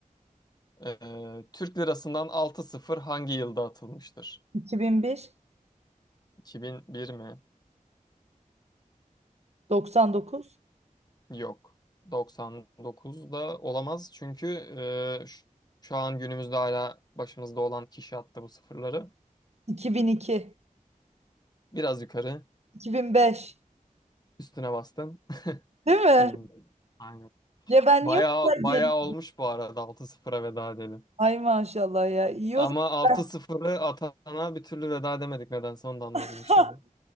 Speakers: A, on the left; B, on the right.
A: Ee, Türk lirasından 6-0 hangi yılda atılmıştır?
B: 2001,
A: 2001 mi?
B: 99,
A: Yok. 99'da olamaz çünkü e, ş- şu an günümüzde hala başımızda olan kişi attı bu sıfırları.
B: 2002,
A: Biraz yukarı
B: 2005.
A: üstüne bastım. <laughs>
B: Değil mi?
A: 2001. Aynen.
B: Ya ben
A: Bayağı,
B: niye o kadar
A: bayağı
B: diyelim?
A: olmuş bu arada 6-0'a veda edelim.
B: Ay maşallah ya. İyi
A: Ama
B: o zaman.
A: 6-0'ı atana bir türlü veda edemedik nedense onu da anlayabilmiş
B: <laughs>
A: değilim.